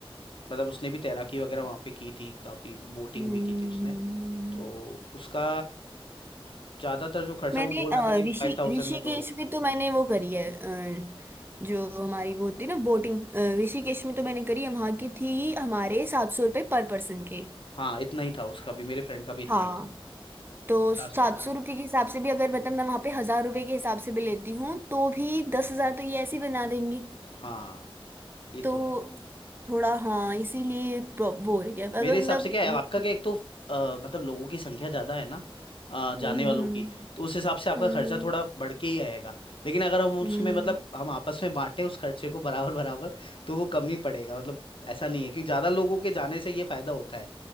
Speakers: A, on the left; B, on the right.
A: मतलब उसने भी तैराकी वगैरह वहाँ पे की थी काफी बोटिंग
B: हम्म।
A: भी की थी उसने तो उसका ज्यादातर जो खर्चा
B: मैंने
A: वो बोल
B: अ,
A: रहा था कि
B: ऋषि
A: फाइव थाउजेंड
B: ऋषिकेश
A: में दो
B: में तो मैंने वो करी है अ, जो हमारी वो होती है ना बोटिंग ऋषिकेश में तो मैंने करी है वहाँ की थी हमारे सात सौ रुपये पर पर्सन के
A: हाँ इतना ही था उसका भी मेरे फ्रेंड का भी इतना
B: हाँ
A: ही था
B: तो
A: पचास
B: सात सौ रुपये के हिसाब से भी अगर मतलब मैं वहाँ पे हजार रुपये के हिसाब से भी लेती हूँ तो भी दस हजार तो ये ऐसे ही बना देंगे
A: हाँ ये
B: तो
A: तो है
B: थोड़ा हाँ इसीलिए प्रो- वो हो गया अगर
A: मेरे हिसाब
B: मतलब
A: से क्या है
B: हम्म
A: आपका क्या एक तो अ, मतलब लोगों की संख्या ज्यादा है ना अ, जाने
B: हम्म हम्म
A: वालों की तो उस हिसाब से आपका
B: हम्म,
A: खर्चा थोड़ा बढ़ के ही आएगा लेकिन अगर हम उसमें
B: हम्म, हम्म,
A: मतलब हम आपस में बांटें उस खर्चे को बराबर बराबर तो वो कम ही पड़ेगा मतलब ऐसा नहीं है क्योंकि ज्यादा लोगों के जाने से ये फायदा होता है